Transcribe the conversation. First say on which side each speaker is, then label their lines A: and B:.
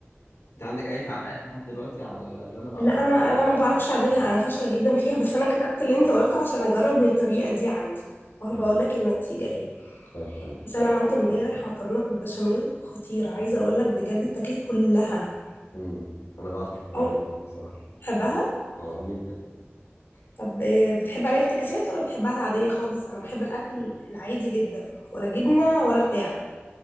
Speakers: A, on the left; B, on the left.
A: انت عندك اي تعليقات لحد دلوقتي على ال- اللي انا بعمله
B: لا انا انا ما بعرفش اعملها انا فاشله جدا فيها بس انا كتبت اللي انت قلته عشان اجرب الطريقه دي عندي وهبقى
A: تمام
B: اقول لك النتيجه ايه
A: طيب تمام
B: بس انا عملت امبارح مكرونه بالبشاميل خطيره عايزه اقول لك بجد اتاكلت كلها
A: امم انا بعشق المكرونه
B: او
A: بصراحه
B: بتحبها
A: اه جدا
B: طب إيه، بتحب عليها افتكاسات ولا بتحبها العاديه خالص انا بحب الاكل العادي جدا ولا جبنه ولا بتاع